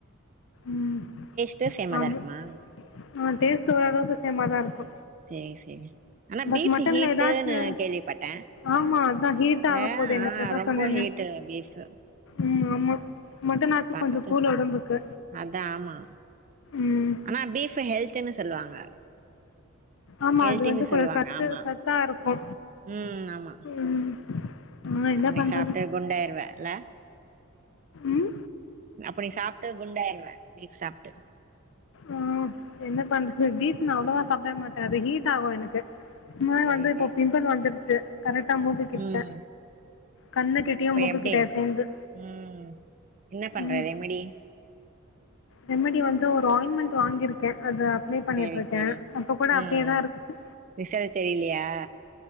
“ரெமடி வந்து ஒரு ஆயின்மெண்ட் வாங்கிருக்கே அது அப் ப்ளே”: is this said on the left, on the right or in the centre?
Left